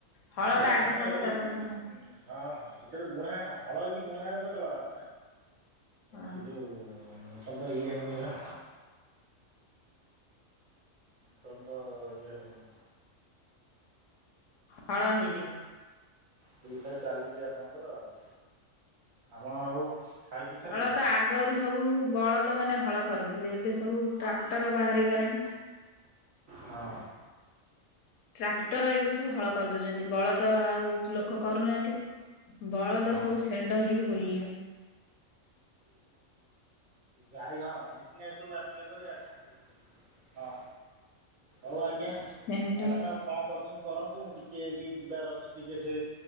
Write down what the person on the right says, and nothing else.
ସେ
ଧାନ
ଏବେ
ହଁ ହଁ ଏବେ ବୁଣା ହଳ ହେକି ବୁଣ ହେ ତ ତଳ ହବ ନା
ସେ ଯୋଉ ମତ ତ ଇଏ ହେନଲା ମତନ ଇଏ ହେନି
ପୀଇଶା ଚାଲିଛି ଆପଣଙ୍କର ଆଉ ଆପଣ ଆଉ ଖାଇ ପିଇ ସାରିଲେଣି
ହଁ।
ହଁ
ଗାଈ ହଁ ମେସିନ ସବୁ ଆସିଲା ପରେ ଆଛା ହଁ। ହଉ ଆଜ୍ଞା
ମ୍ୟାଡାମ ଆଉ କଣ କରୁ। <inaudible> କରନ୍ତୁ ମୁ ଟିକେ ବି ଯିବାର ଅଛି ଟିକେ ସେ